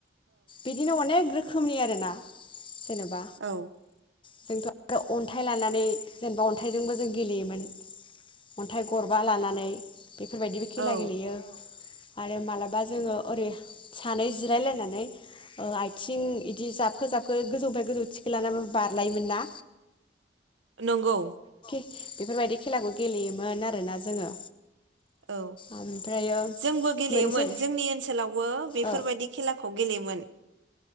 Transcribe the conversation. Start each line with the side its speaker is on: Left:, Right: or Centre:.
Left: बिदिनो अनेक रोखो खोमनि आरोना जेनबा
Right: औ
Left: जोंथ' आरो अन्थाइ लानानै जेनेबा अन्थाइजोंबो जों गेलेयोमोन। अन्थाइ गरबा लानानै बेफोरबायदिबो खेला
Right: औ
Left: गेलेयो। आरो मालाबा जोङो ओरै सानै जिरायलायनानै ओ आथिं बिदि जाबखो जाबखो गोजौनि गोजौ थिखि लानानै बार लाइयोमोना।
Right: नंगौ
Left: बेफोरबायदि खेलाखौ गेलेयोमोन आरोना जोङो।
Right: औ
Left: ओमफ्रायो
Right: जोंबो गेलेयोमोन
Left: मोनसे
Right: जोंनि ओनसोलावबो बेफोरबायदि
Left: ओ
Right: खेलाखौ गेलेयोमोन